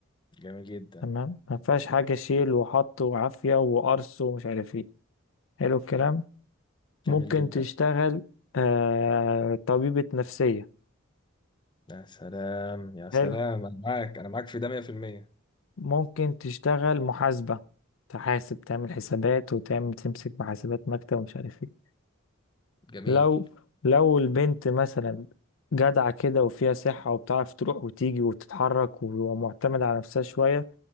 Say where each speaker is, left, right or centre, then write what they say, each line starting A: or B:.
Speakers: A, on the left; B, on the left.
A: جميل جدا
B: تمام ما فيهاش حاجة شيل وحط وعافية وقرص ومش عارف ايه حلو الكلام
A: جميل
B: ممكن
A: جدا
B: تشتغل آه طبيبة نفسية
A: يا سلام يا سلام
B: حلو
A: انا معاك انا معاك في ده 100%
B: ممكن تشتغل محاسبة تحاسب تعمل حسابات وتعمل تمسك محاسبات مكتب ومش عارف ايه
A: جميل
B: لو لو البنت مثلا جدعة كده وفيها صحة وبتعرف تروح وتيجي وتتحرك ومعتمدة على نفسها شوية